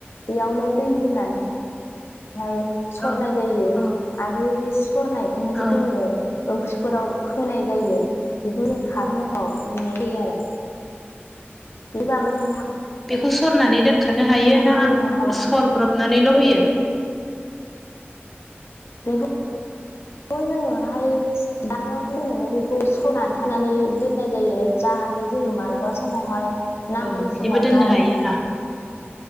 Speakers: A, on the left; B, in the centre.
A: बेयावनो दै होनानै हाय सरनाय
B: औ
A: जायो
B: औ
A: आरो बे सरनायखौनो जोङो।
B: औ
A: ओंख्रिफोराव होनाय जायो बेखौ जों खारै महराव मोननाय जायो आरो बे बागैनो
B: बेखौ सरनानै दोन खानो हायो ना
A: बुंनो हाबावगोन
B: सरब्रबनानैल' होयो? <unintelligible>
A: बेखौ जोङोहाय दानियावथ' जोङो बेखौ सरनानै हानानै दोननाय जायो जाहाथे जोङो मालाबा समावहाय नांगौ
B: औ बिदिबो
A: समावहाय
B: दोननो हायोना?